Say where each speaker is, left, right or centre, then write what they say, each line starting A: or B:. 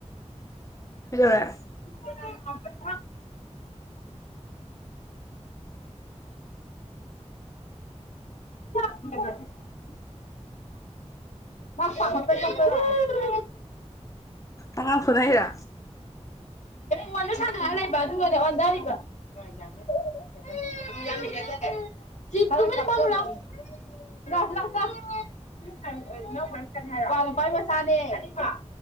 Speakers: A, on the left; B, on the left.
A: ꯀꯩꯗꯧꯔꯦ
B: <unintelligible> <unintelligible> ꯃꯥ ꯄꯥꯈꯠꯄꯩ ꯀꯞꯄ <unintelligible>
A: ꯑꯉꯥꯡ ꯐꯨꯅꯩꯔꯥ
B: ꯐꯣꯟꯗ ꯁꯥꯟꯅꯔ ꯂꯩꯕ ꯑꯗꯨꯒꯅꯦ ꯑꯣꯟꯗꯥꯔꯤꯕ <unintelligible> ꯁꯤ ꯇꯨꯃꯤꯟꯅ ꯐꯝꯃꯨ ꯂꯥꯎ ꯁꯤꯂꯥꯎ ꯁꯤꯂꯥꯎ ꯁꯤꯂꯥꯎ <unintelligible> ꯑ ꯏꯅꯥꯎꯄꯥꯏ ꯃꯆꯥꯅꯦ ꯍꯥꯏꯔꯣ ꯏꯄ꯭ꯋꯥ ꯅꯨꯄꯥꯏ ꯃꯆꯥꯅꯦ ꯑꯅꯤꯃꯛ